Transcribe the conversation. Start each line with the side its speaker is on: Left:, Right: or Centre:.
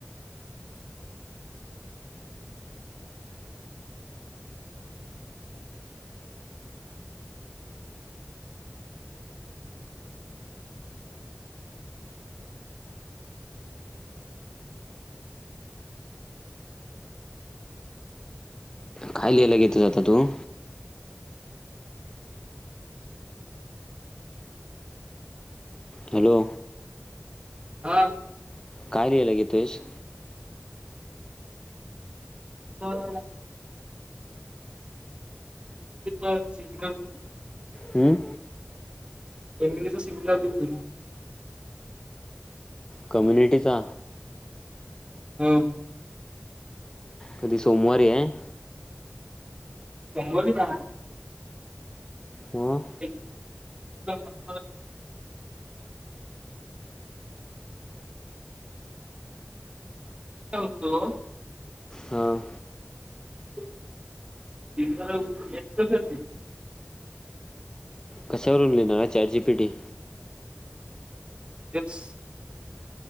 Left: काय लिहायला घेतलं आता तू. हॅलो.
Right: हा.
Left: काय लिहियला घेतोस.
Right: हो <unintelligible> तिक <unintelligible>
Left: हम्म.
Right: एंगचा सिमलर बि होतोय की. <unintelligible>
Left: कम्युनिटीचा
Right: हम.
Left: कधी सोमवारी याय.
Right: त्र्यंबोलीत हाय ना?
Left: मग
Right: टेक. <unintelligible> काय होतो
Left: हां
Right: <inaudible> <unintelligible> येतो चल मी.
Left: कशावरून लिहिणार हाय? Chat G P T.
Right: तेच